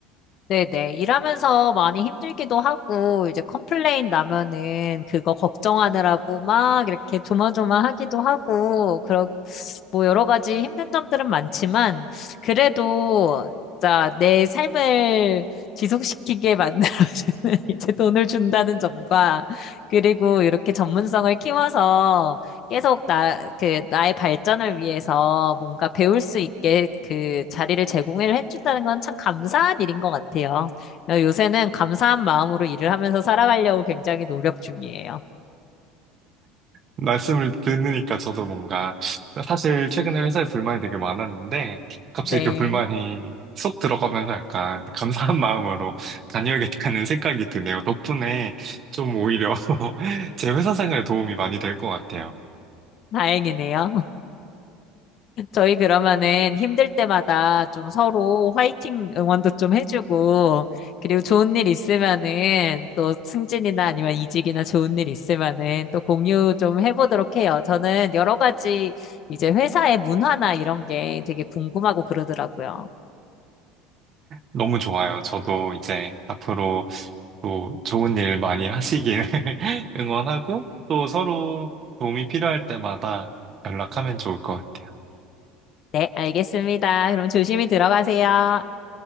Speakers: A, on the left; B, on the right.
A: 네네. 일하면서 많이 힘들기도 하고, 이제 컴플레인 나면은 그거 걱정하느라고 막 이렇게 조마조마 하기도 하고, 그런 뭐 여러 가지 힘든 점들은 많지만, 그래도 자 내 삶을 지속시키게 만들어주는 <laughs> 이제 돈을 준다는 점과, 그리고 이렇게 전문성을 키워서 계속 나, 그, 나의 발전을 위해서 뭔가 배울 수 있게 그 자리를 제공을 해준다는 건 참 감사한 일인 것 같아요. 어, 요새는 감사한 마음으로 일을 하면서 살아가려고 굉장히 노력 중이에요.
B: 말씀을 듣으니까 저도 뭔가 사실 최근에 회사에 불만이 되게 많았는데 갑자기
A: 네,
B: 그 불만이 쏙 들어가면서 약간 감사한 <laughs> 마음으로 다녀야겠다는 생각이 드네요. 덕분에 좀 오히려 <laughs> 제 회사 생활에 도움이 많이 될 것 같아요.
A: 다행이네요. 저희 그러면은 힘들 때마다 좀 서로 화이팅 응원도 좀 해주고, 그리고 좋은 일 있으면은 또 승진이나 아니면 이직이나 좋은 일 있으면은 또 공유 좀 해보도록 해요. 저는 여러 가지 이제 회사의 문화나 이런 게 되게 궁금하고 그러더라고요.
B: 너무 좋아요. 저도 이제 앞으로 또 좋은 일 많이 하시길 <laughs> 응원하고 또 서로 도움이 필요할 때마다 연락하면 좋을 것 같아요.
A: 네, 알겠습니다. 그럼 조심히 들어가세요.